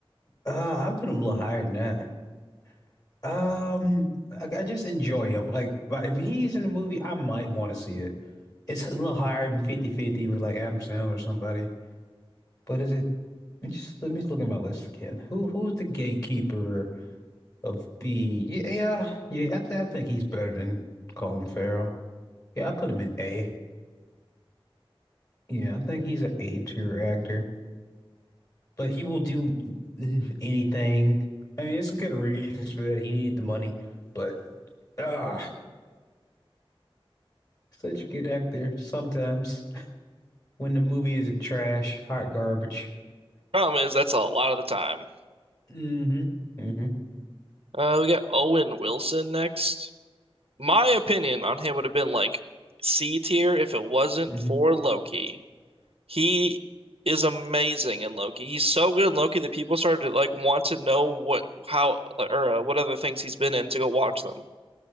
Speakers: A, on the left (about 40°); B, on the right (about 85°).
A: Uh, I put him a little higher than that. Um, I, I just enjoy him. Like, but if he's in the movie, I might want to see it. It's a little higher than fifty fifty with like Adam Sandler or somebody. But is it? Let me just let me just look at my list again. Who who's the gatekeeper of B? Yeah, yeah, yeah. I, th I think he's better than Colin Farrell. Yeah, I put him in A. Yeah, I think he's an A tier actor, but he will do anything. I mean, it's good reasons for that. He needed the money, but ah, such a good actor sometimes when the movie is trash, hot garbage.
B: Problem is, that's a lot of the time.
A: hmm hmm
B: Uh, we got Owen Wilson next. My opinion on him would have been like C tier if it wasn't
A: hmm
B: for Loki. He is amazing in Loki. He's so good in Loki that people started to like want to know what how or uh, what other things he's been in to go watch them.